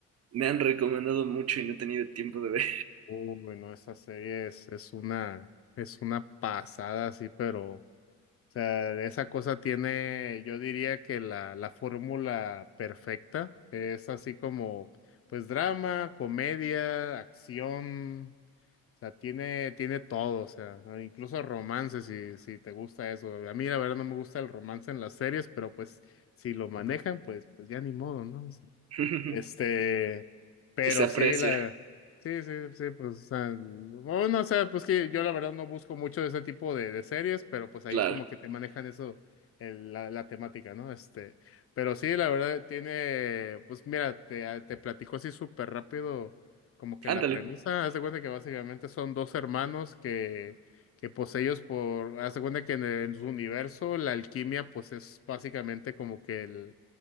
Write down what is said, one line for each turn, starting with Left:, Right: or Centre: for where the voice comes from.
Right: Me han recomendado mucho y no he tenido tiempo de ver.
Left: Uy, no, esta serie es, es una, es una pasada, sí, pero, o sea, esa cosa tiene, yo diría que la, la fórmula perfecta es así como, pues, drama, comedia, acción, o sea, tiene, tiene todo, o sea, ah, incluso romance, si, si te gusta eso. A mí, la verdad, no me gusta el romance en las series, pero pues, si lo manejan, pues, pues ya ni modo, ¿no?
Right: <laughs>
Left: Este, pero
Right: Se aprecia,
Left: sí, la, sí, sí, sí, pues, o sea, bueno, o sea, pues que yo la verdad no busco mucho de ese tipo de, de series, pero pues ahí
Right: claro.
Left: como que te manejan eso, el- la, la temática, ¿no? Este, pero sí, la verdad tiene, pues mira, te, ah, te platico así súper rápido, como que
Right: Ándale.
Left: la premisa, haz de cuenta que básicamente son dos hermanos que, que pues ellos por, haz de cuenta que en, en su universo la alquimia pues es básicamente como que el